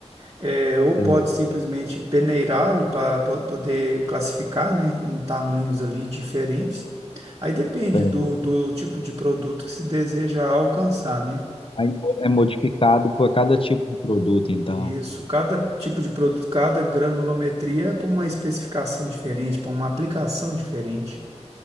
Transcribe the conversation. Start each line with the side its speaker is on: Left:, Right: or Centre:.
Right: É, ou
Left: É,
Right: pode simplesmente peneirá-lo para poder classificar, né, em tamanhos ali diferentes. Aí depende
Left: é.
Right: do, do tipo de produto que se deseja alcançar, né?
Left: Aí é modificado por cada tipo de produto, então.
Right: Isso, cada tipo de produto, cada granulometria é para uma especificação diferente, para uma aplicação diferente,